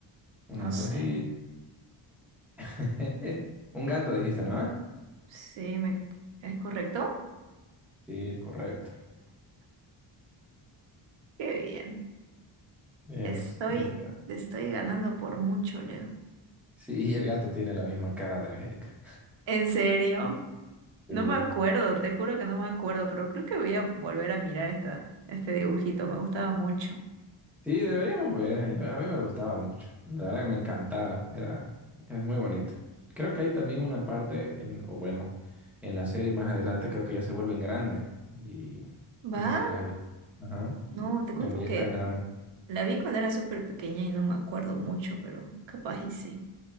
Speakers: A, in the centre; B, on the right.
A: Una,
B: no
A: dos
B: sé.
A: y... <laughs> Un gato dijiste, ¿no? ¿Ah?
B: Sí, me, ¿es correcto?
A: Sí, es correcto.
B: Qué bien.
A: Es
B: Estoy,
A: un gato.
B: te estoy ganando por mucho, Leo.
A: Sí, y el gato tiene la misma cara de Angélica.
B: ¿En serio?
A: Sí.
B: No me acuerdo, te juro que no me acuerdo, pero creo que voy a volver a mirar esta, este dibujito, me gustaba mucho.
A: Sí, deberíamos ver. Yo- a mí me gustaba mucho. La verdad que me encantaba. Era, era muy bonita Creo que hay también una parte, en, o bueno, en la serie más adelante creo que ya se vuelven grandes. Y
B: ¿Va?
A: no sé si las vi. Ajá.
B: No, te
A: Donde
B: cuento
A: ya
B: que
A: están grandes.
B: La vi cuando era súper pequeña y no me acuerdo mucho, pero capaz y sí.